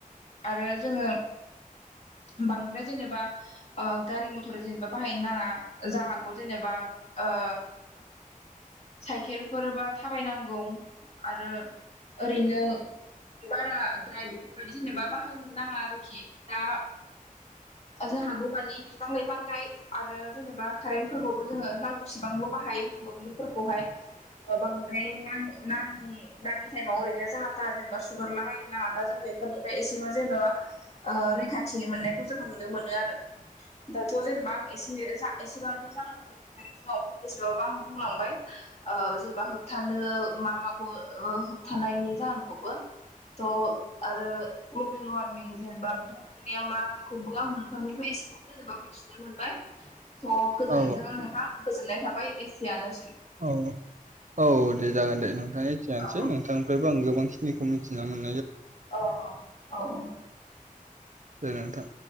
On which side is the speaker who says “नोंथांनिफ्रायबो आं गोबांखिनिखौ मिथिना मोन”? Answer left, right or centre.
Right